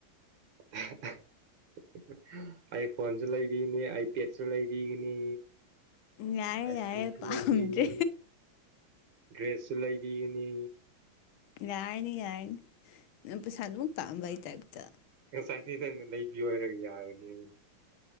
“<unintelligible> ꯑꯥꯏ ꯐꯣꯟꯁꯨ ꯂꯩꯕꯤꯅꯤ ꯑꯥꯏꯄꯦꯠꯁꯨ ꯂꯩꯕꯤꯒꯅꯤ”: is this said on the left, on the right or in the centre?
Right